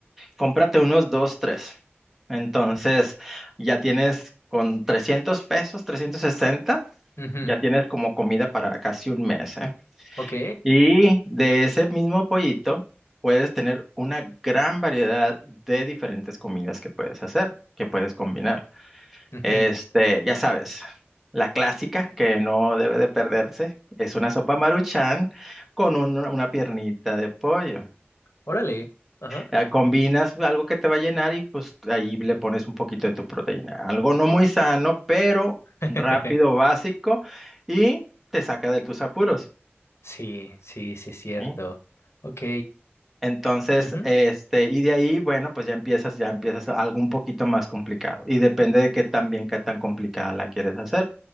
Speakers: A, in the centre; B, on the left.
A: cómprate unos dos, tres. Entonces, ya tienes con 300 pesos, 360,
B: Ujú,
A: ya tienes como comida para casi un mes, ¿eh?
B: Ok.
A: Y de ese mismo pollito puedes tener una gran variedad de diferentes comidas que puedes hacer, que puedes combinar.
B: ujú,
A: Este, ya sabes, la clásica que no debe de perderse es una sopa Maruchan con un- una piernita de pollo
B: Órale. Ajá.
A: eh, combinas algo que te va a llenar y pues ahí le pones un poquito de tu proteína. Algo no muy sano, pero
B: <laughs>
A: rápido, básico y te saca de tus apuros.
B: Sí, sí, sí, es cierto.
A: ¿sí?
B: Ok.
A: Entonces,
B: ujú,
A: este, y de ahí, bueno, pues ya empiezas, ya empiezas algo un poquito más complicado y depende de qué tan bien, qué tan complicada la quieres hacer.